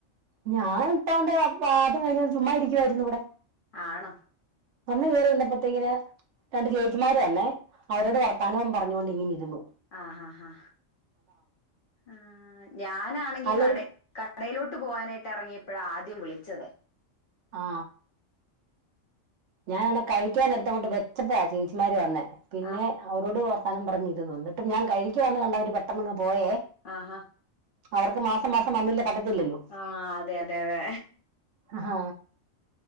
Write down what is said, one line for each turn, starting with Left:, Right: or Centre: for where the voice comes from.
Right: ഞാൻ ഇട്ടണ്ട് <unintelligible> കയ്ഞ് ചുമ്മ ഇരിക്ക്യായിരുന്നു ഇവടെ
Left: ആണോ
Right: വന്ന് കേറി വന്നപ്പത്തേക്കിന് രണ്ട് ചേച്ചിമാര് വന്നേ അവരോട് വർ ത്താനം പറഞ്ഞോണ്ടിങ്ങനിരുന്നു
Left: ആ ഹ ഹ ആ ഞാനാണെങ്കി
Right: അല്ലേലും
Left: കടേ കട് കടയിലോട്ട് പോവാനായിട്ട് എറങ്ങിയപ്പളാ ആദ്യം വിളിച്ചത്
Right: ആ ഞാനാണെ കഴിക്കൻ എടുത്തങ് വെച്ചപ്പഴാ ചേച്ചിമാര് വന്നെ പിന്നെ
Left: ആ
Right: അവരോട് വർത്താനം പറഞ്ഞിരു ന്ന്ട്ടും ഞാൻ കഴിക്കാന്ന് കണ്ടവര് പെട്ടെന്നങ്ങ് പോയേ
Left: ആഹാ
Right: അവർക്ക് മാസം മാസം വന്നില്ല പറ്റത്തില്ലല്ലോ
Left: ആ അതെ അതെ അതെ
Right: ഹ ഹ